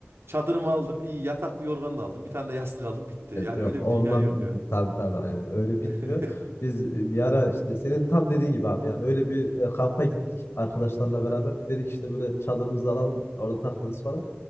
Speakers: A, on the right; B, on the left.
A: çadırımı aldım, iyi yataklı yorgan da aldım, bir tane de yastık aldım, bitti. Yani
B: E, Yok
A: öyle
B: onunla
A: bir dünya yok ya.
B: tabii tabii aynen öyle
A: <laughs>
B: bitmiyor. Biz e, bir ara işte senin tam dediğin gibi abi yani öyle bir e, kampa gittik arkadaşlarla
A: Aha,
B: beraber. Dedik işte böyle çadırımızı alalım orada takılırız falan.